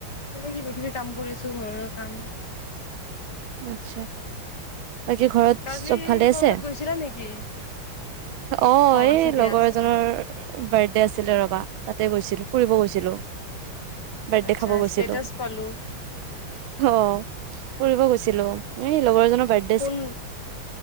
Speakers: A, on the left (about 55°); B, on the right (about 75°).
A: এনেই কিবা কিবি কাম কৰিছো ঘৰৰ কাম।
B: আচ্ছা, বাকী ঘৰত
A: কালি
B: চব ভালে
A: ক'ৰবাত
B: আছে?
A: গৈছিলা নেকি
B: অঁ, এই
A: আছে দিয়া
B: লগৰ
A: আছে
B: এজনৰ-
A: দিয়া
B: বাৰ্থডে আছিলে ৰবা, তাতে গৈছিলো, ফুৰিব গৈছিলো। বাৰ্থডে
A: আচ্ছা
B: খাব গৈছিলো।
A: ষ্টেটাছ পালোঁ
B: অহ', ফুৰিব গৈছিলো, এই লগৰ এজনৰ বাৰ্থ
A: কোন,